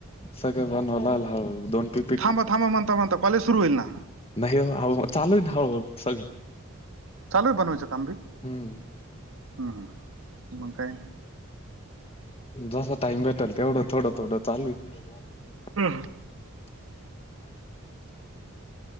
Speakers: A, on the left (about 30°); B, on the right (about 70°).
A: सगळे बनवलाल हळू -हळू, दोन पी
B: थांबा - थांबा, म्हणता - म्हणता, कॉलेज सुरू होईल ना?
A: नाही हो. आवं म चालुय न, हळू -हळू सगळ.
B: चालूय बनवायचं काम बी?
A: हम्म
B: हं, मग काय?
A: जसा टाइम भेटेल, तेवढं. थोडं - थोडं चालूय.
B: काय
A: <inaudible>